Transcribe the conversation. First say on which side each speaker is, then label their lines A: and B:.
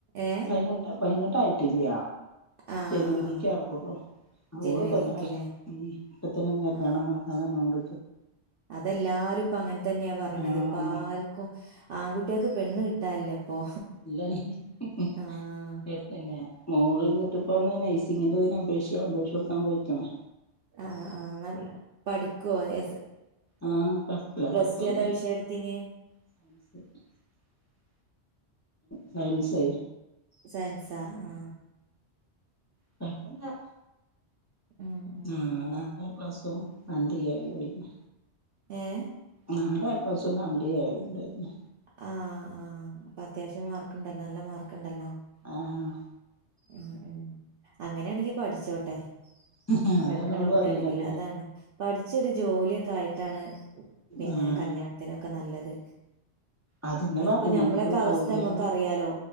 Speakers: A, on the right; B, on the left.
A: ഏ
B: പൈയി പൈയിനെട്ട് ആയിട്ടില്ല
A: ആ
B: ജനുവരിക്ക്
A: ആ ആ
B: ആകുള്ളൂ
A: ജനുവരിക്ക്ല്ലേ
B: ഓള് പത്തന മ്മ് ഇപ്പത്തന കല്യാണം
A: ആ
B: വേണ്ടാന്ന് പറഞ്ഞുണ്ട്
A: അതെല്ലാരും ഇപ്പ അങ്ങനെ തന്നെയാ പറിണത്
B: ആഹ്
A: ഇപ്പ ആർക്കും ആൺകുട്ടി ട്ടിക്ക് പെണ് കിട്ടാനില്ല ഇപ്പൊ
B: ഇല്ലല്ലേ
A: ആഹ്
B: പിന്നെ മോള് ഇന്നിട്ട് പ്പോന്ന് നൈസിങ്ങിന്റെ അപേക്ഷ അപേക്ഷ കൊടുക്കാൻ പയിക്ണ്
A: ആ ആഹ നല്ല പഠിക്കോ എ
B: ആഹ് കൊഴപ്പല്ല
A: പ്ലസ്
B: പഠിക്കുകയും
A: ടുഏതാ വിഷയം എട ത്തിനിയെ
B: <unintelligible> സയൻസ്
A: സയൻസാ ആ
B: കുഴപ്പല്ല
A: ഉം ഉം
B: ആഹ് നാല് എ പ്പ്ലസും രണ്ട് എയും എനി
A: ഏഹ്
B: നാല് എ പ്ലസും രണ്ട് എയും ഉണ്ടയിനി
A: ആഹ് ആഹ് അപ്പൊ അത്യാവശ്യം മാർക്കുണ്ടല്ലോ നല്ല മാർക്ക് ണ്ടല്ലോ
B: ആഹ്
A: ഉം ഉം അങ്ങനെണെങ്കി പഠിച്ചോട്ടെ
B: ആഹ് അതാണ്
A: പഠിക്കണ
B: അവള്
A: കുട്ടിയാണെങ്കില്
B: പറയണത്
A: അതാണ് പഠിച്ചൊരു ജോലിയൊക്കെ ആയിട്ടാണ് പിന്നെ
B: ആഹ്
A: കല്യാണത്തിനൊക്കെ നല്ലത്
B: അതന്നെ
A: ഇതിപ്പോ
B: പറിണേ
A: ഞമ്മളൊക്കെ
B: ക്കൊരു
A: അവസ്ഥ
B: ജോലിയാവ
A: നമ്മക്ക് അറിയാലോ